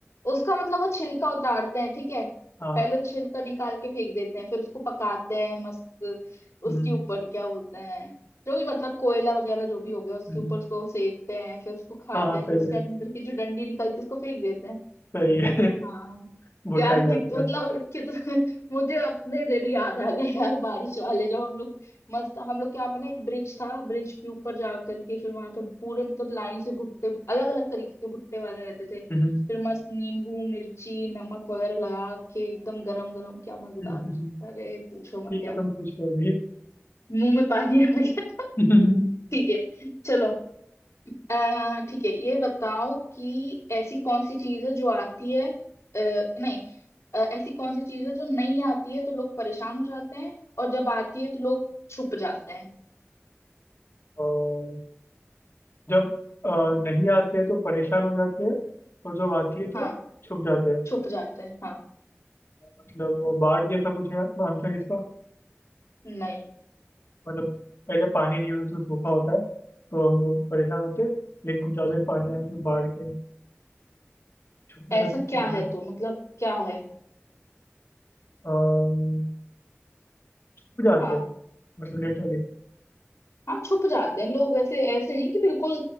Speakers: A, on the left; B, on the left.
A: उसका मतलब वो छिलका उतारते हैं ठीक है
B: हाँ
A: पहले छिलका निकाल के फेंक देते हैं फिर उसको पकाते हैं मस्त
B: हम्म,
A: उसके ऊपर क्या बोलते हैं जो भी मतलब कोयला वगैरह जो भी हो गया उसके
B: हम्म,
A: ऊपर उसको सेकते हैं फिर उसको खाते
B: हाँ हाँ
A: हैं
B: सही
A: फिर उसके
B: है
A: अंदर की जो डंडी निकलती है उसको फेंक देते हैं
B: सही है
A: हाँ
B: <laughs> भुट्टा
A: यार
B: ही
A: कित
B: आंसर
A: मतलब कितना <laughs> मुझे अपने दिन याद आ गए यार बारिश वाले जब हम लोग मस्त हम लोग के यहाँ पे ना एक ब्रिज था ब्रिज के ऊपर जा करके फिर वहां पे पूरे मतलब लाइन से भुट्टे अलग अलग तरीके के भुट्टे वाले रहते थे
B: हम्म, हम्म,
A: फिर मस्त नींबू मिर्ची नमक वगैरह लगा के एकदम गरम गरम क्या मजेदार
B: हम्म, हम्म,
A: अरे पूछो
B: ठीक
A: मत यार
B: है तुम पूछ लो अभी
A: मुंह में पानी आ गया <laughs>
B: <laughs>
A: ठीक है चलो अ, ठीक है ये बताओ कि ऐसी कौन सी चीज है जो आती है अ, नहीं अ, ऐसी कौन सी चीज है जो नहीं आती है तो लोग परेशान हो जाते हैं और जब आती है तो लोग छुप जाते हैं
B: ओ, जब अ, नहीं आते हैं तो परेशान हो जाते हैं और जब आती है
A: हाँ
B: तो छुप जाते हैं
A: छुप जाते हैं हाँ
B: मतलब वो बाढ़ जैसा कुछ है आंसर इसका
A: नहीं
B: मतलब पहले पानी नहीं होता तो सूखा होता है तो हम लोग परेशान होते हैं लेकिन कुछ ज्यादा पानी आए तो बाढ़ के छुपते
A: ऐसा
B: तो नहीं
A: क्या
B: मतलब
A: है तो मतलब क्या है
B: अम, छुप जाते
A: हाँ
B: हैं मतलब लिटरली
A: हाँ छुप जाते हैं लोग ऐसे ऐसे नहीं कि बिल्कुल